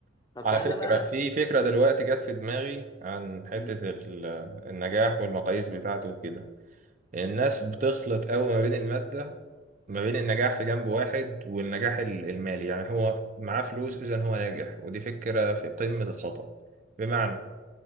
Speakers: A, on the left (about 20°); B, on the right (about 40°).
A: طب
B: على
A: تعالى
B: فكرة
A: بقى
B: في
A: نت-
B: فكرة دلوقتي جت في دماغي عن حتة
A: مم.
B: ال- النجاح والمقاييس بتاعته وكده الناس بتخلط قوي ما بين المادة ما بين النجاح في جنب واحد والنجاح ال- المالي يعني هو معاه فلوس إذا هو ناجح ودي فكرة في قمة الخطأ بمعنى